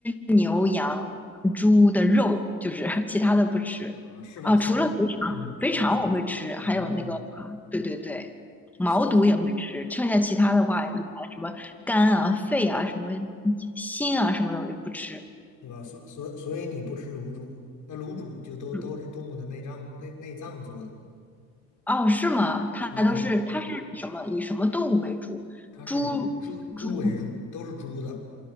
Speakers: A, in the centre; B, on the left.
A: 牛羊猪的肉，就是 <laughs> 其他的不吃啊，
B: 啊，是吧？是
A: 除了肥肠，
B: 嗯，
A: 肥肠我会吃，还有那个
B: 啊。
A: 对对对，毛肚也会吃，
B: 所
A: 剩下其他的话，什么肝啊、肺啊、什么心啊什么的我就不吃，
B: 对吧？所所所以你不吃卤煮，那卤煮就都都是动物的内脏内内脏做的嘛？
A: 嗯哦，是吗？它都是它是什么？
B: 对，
A: 以什么动物为主？
B: 它是以猪猪为主，
A: 猪猪
B: 都是猪的，